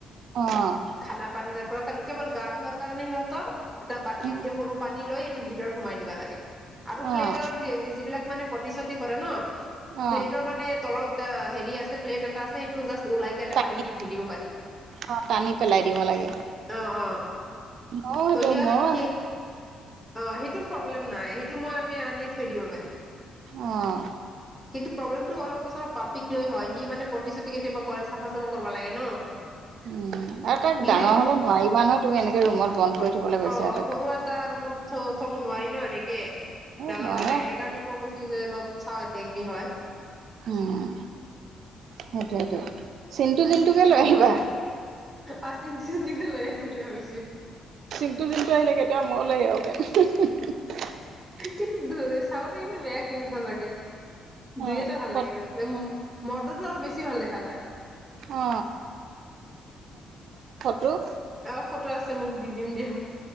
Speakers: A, on the right (about 70°); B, in the centre.
A: অ',
B: খানা পানী ত কেৱল গা ধোৱাৰ কাৰণে সিহঁতৰ এটা বাতিত
A: উম,
B: সৰু পানী লৈ টো ভিতৰত সোমাই দিব লাগে। আৰু প্লেটৰ
A: অ',
B: য যিবিলাক মানে প্ৰতিশ্ৰুতি কৰে ন
A: অ',
B: প্লেটৰ মানে তলত ত আছে প্লেট এটা আছে সেইটো ওলাই কেনে
A: টানি
B: পানী দি ধুই দিব পাৰি
A: অ', টানি পেলাই দিব লাগে
B: অ অ
A: ময়ো সেইটো
B: ত সেই
A: ময়ো
B: স
A: আছো
B: অ সেইটো প্ৰব্লেম নাই সেইটো মই আমি আনিয় থৈ দিব পাৰিম। কিন্তু
A: অ',
B: প্ৰব্লেমটো অলপ উছৰ পাপীক লৈ হয় সি মানে প্ৰতিশ্ৰুতি কেতিয়াবা কৰে চাফা চাফা কৰিব লাগে ন
A: উম আৰু তাক
B: সি
A: ডাঙৰ হলে নোৱাৰিবা নহয় তুমি এনেকে ৰুমত বন্ধ কৰি থবলৈ বেচেৰাটোক
B: অ সৰু এটা ৰুমত থ থব নোৱাৰি ন এনেকে
A: অ
B: ডাঙৰ
A: নোৱাৰা
B: হলে সেইকাৰণে মোক কৈছো যে অলপ চাও এতিয়া কি হয়।
A: উম সেইটো সেইটোয় চিটু চিটুকে লৈ আহিবা।
B: আ চিন্ধি চিন্ধি কে লৈ আহম বুলি ভাবিছো।
A: চিন্তটো, জিন্তু আহিলে কেতিয়া মইও লৈ আহোঁ গে <unintelligible>
B: কিন্তু চাওঁতে কিন্তু বেয়া কিউৎ সঁচাকে। দুই
A: অ
B: এটা ভাল
A: ফট
B: লাগিছে মদতটো আৰু বেছি ভাল দেখা যায়।
A: অ ৰূক?
B: অ ফটো আছে মোক দি দিম দিয়।